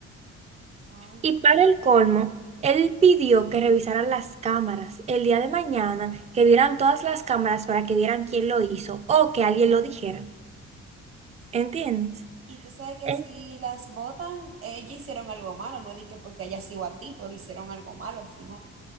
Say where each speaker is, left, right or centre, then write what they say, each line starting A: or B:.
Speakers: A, on the right (about 45°); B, on the right (about 20°).
A: <laughs> Ay,
B: Y para
A: padre.
B: el colmo, él pidió que revisaran las cámaras el día de mañana, que vieran todas las cámaras para que vieran quién lo hizo o que alguien lo dijera. ¿Entiendes?
A: Y tú sabes que
B: En-
A: si las botan, ellas hicieron algo malo, no dije porque ellas sigo a ti, pero hicieron algo malo al final.